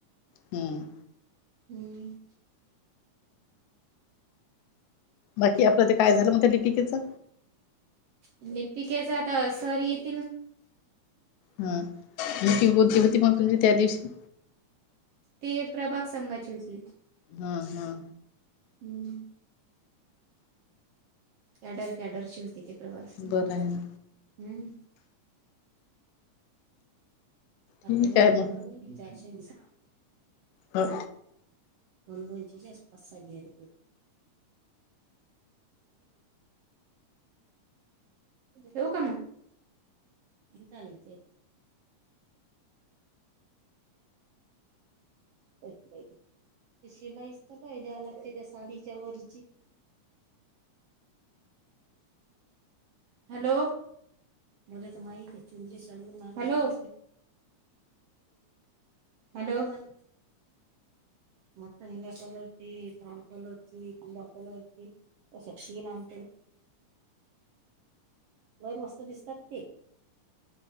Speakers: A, on the left (about 80°); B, on the right (about 75°).
A: हम्म
B: हम्म
A: बाकी आपलं ते काय झालं म्हण त्या लिपिकेचं
B: आणि लिपिकेचा आता सर येत
A: हा मीटिंग कोणती होती मग तुमची त्या दिवशी?
B: ते प्रभाग संघाची होती.
A: हां हां
B: हम्म कॅडर कॅडरची होती ते प्रवासार
A: बरं
B: हम्म
A: आहे ना
B: आपल्याला
A: ठीक आहे मग
B: चारशे
A: ह
B: द दो इंचच्या आसपास घ आहे <inaudible> ठेऊ का मग? चालेल <unintelligible> ते शिलाईस तर नाय द्या लागते त्या साडीच्या वरची हॅलो बोत माहे चुंदरी साडीवर मलो हॅलो म नला कलोरची लाल कलोर्ची गिला कलोरची अ शी नाम लय मस्त दिसतात ते